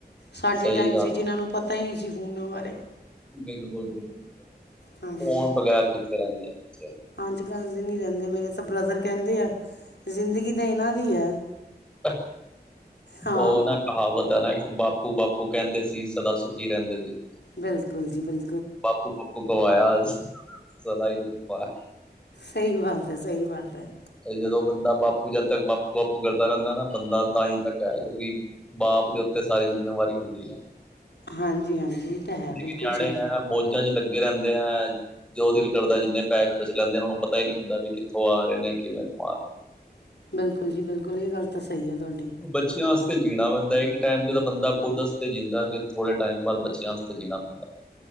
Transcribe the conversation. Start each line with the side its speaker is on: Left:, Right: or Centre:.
Left: ਸਾਡੇ
Centre: ਸਹੀ
Left: ਟਾਈਮ
Centre: ਗੱਲ
Left: ਸੀ ਜਿਹਨਾਂ ਨੂੰ ਪਤ ਤਾ ਹੈ ਨਈ ਸੀ ਫੋਨਾਂ ਵਾਰੇ
Centre: ਬਿਲਕੁਲ ਬਿਲਕੁਲ ਬਿਲਕੁ
Left: ਹਾਂਜੀ
Centre: ਫੋਨ ਬਗੈਰ ਕਿੱਥੇ ਫਿ ਰੇਹਂਦੇ ਆ ਬੱਚੇ।
Left: ਅੱਜ ਕੱਲ ਦੇ ਨੀ ਰਹਿੰਦੇ ਮੇਰੇ ਤਾਂ ਬ੍ਰਦਰ ਕਹਿੰਦੇ ਆ ਜ਼ਿੰਦਗੀ ਤਾਂ ਇਹਨਾਂ ਦੀ ਹੈ।
Centre: ਅ
Left: ਹਾਂ
Centre: ਉਹ ਨਾ ਕਹਾਵਤ ਹੈ ਨਾ ਏਕ ਬਾਪੂ ਬਾਪੂ ਕਹਿੰਦੇ ਸੀ ਸਦਾ ਸੁਖੀ ਰਹਿੰਦੇ ਸੀ।
Left: ਬਿਲਕੁਲ ਜੀ ਬਿਲ
Centre: ਬਾਪੂ ਭੁੱਕਵਾਇਆਜ ਸਦਾ ਹੀ ਦੁਖ ਪਾ
Left: ਸਹੀ ਬਾਤ ਹੈ ਸਹੀ ਬਾਤ ਹੈ।
Centre: ਇਹ ਜਦੋਂ ਬੰਦਾ ਬਾਪੂ ਜਦ ਤੱਕ ਬਾਪੂ ਬਾਪੂ ਕਰਦਾ ਰਹਿੰਦਾ ਨਾ ਬੰਦਾ ਤਾਂ ਹੀ ਤੱਕ ਹੈ ਜਦੋਂ ਕਿ ਬਾਪ ਦੇ ਉੱਤੇ ਸਾਰੀ ਜਿੰਮੇਵਾਰੀ ਹੁੰਦੀ ਐ
Left: ਹਾਂਜੀ ਹਾਂਜੀ ਇਹ ਤਾਂ ਹੈ ਬਿਲਕੁਲ
Centre: ਵੀ ਨਿਆਣੇ
Left: ਸਹੀ ਹੈ।
Centre: ਮੌਜਾਂ 'ਚ ਲੱਗੇ ਰਹਿੰਦੇ ਐ ਜੋ ਦਿਲ ਕਰਦਾ ਜਿੰਨੇ ਪੈਸੇ ਖਰਚ ਲੈਂਦੇ ਉਹਨੂੰ ਪਤਾ ਹੀ ਨੀ ਹੁੰਦਾ ਵੀ ਕਿੱਥੋਂ ਆ ਰਹੇ ਨੇ। ਕਿਵੇਂ ਕਾਲ
Left: ਬਿਲਕੁਲ ਜੀ ਬਿਲਕੁਲ ਇਹ ਗੱਲ ਤਾਂੱਸ ਸਹੀ ਹੈ ਤੁਹਾਡੀ
Centre: ਬੱਚਿਆਂ ਵਾਸਤੇ ਜੀਣਾ ਪੈਂਦਾ ਇੱਕ ਟਾਈਮ ਤੇ ਤਾਂ ਬੰਦਾ ਖੁਦਸਤੇ ਜੀਂਦਾ ਫਿਰ ਥੋੜ੍ਹੇ ਟਾਈਮ ਬਾਅਦ ਬੱਚਿਆਂ ਵਾਸਤੇ ਜੀਣਾ ਪੈਂਦਾ